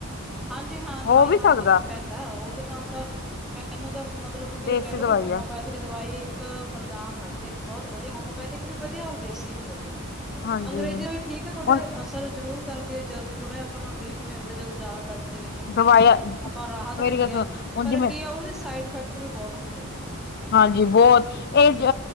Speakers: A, in the centre; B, on the left.
A: ਹਾਂਜੀ ਹਾਂ ਦਵਾਈ
B: ਹੋ ਵੀ
A: ਨਾਲ
B: ਸਕਦਾ
A: ਫ਼ਰਕ ਪੈਂਦਾ, ਉਹਦੇ ਨਾਲ ਤਾਂ ਮੈਂ ਮੈਂਨੂੰ ਤਾਂ ਮਤਲਬ ਕਿ
B: ਦੇਸੀ
A: ਕਹਿ ਲੋ
B: ਦਵਾਈ
A: ਵੀ ਹੋਮਪੈਥ
B: ਆ
A: ਦਵਾਈ ਇੱਕ ਬਰਦਾਨ ਲੱਗਦੀ ਹੈ ਕਿ ਬਹੁਤ ਵਧੀਆ ਹੋਮਓਪੈਥਿਕ ਵੀ ਵਧੀਆ, ਔਰ ਦੇਸੀ ਵੀ ਵਧੀਆ
B: ਹਾਂਜੀ
A: ਅੰਗਰੇਜ਼ੀ ਠੀਕ ਆ ਤੁਹਾਡੇ
B: ਹੁਣ
A: ਅਸਰ ਜ਼ਰੂਰ ਕਰਦੀ ਹੈ ਜਲਦੀ ਥੋੜ੍ਹਾ ਜਿਹਾ ਆਪਾਂ ਨੂੰ ਰਿਲੀਫ ਮਿਲਦਾ ਜਦੋਂ ਜ਼ ਦਰਦ ਦੇ ਵਿੱਚ ਹੁੰਦੇ
B: ਦਵਾਈਆਂ
A: ਹਾ ਆਪਾਂ ਰਾਹਤ
B: ਮੇਰੀ
A: ਮਿਲਦੀ
B: ਗੱਲ ਸੁਣ
A: ਆ
B: ਹੁਣ
A: ਪਰ
B: ਜਿਵੇਂ
A: ਕੀ ਆ ਉਹਦੇ ਸਾਈਡ ਇਫੈਕਟ ਤੇ ਵੀ ਬਹੁਤ ਹੁੰਦੇ ਨੇਗੇ
B: ਹਾਂਜੀ ਬਹੁਤ ਇਹ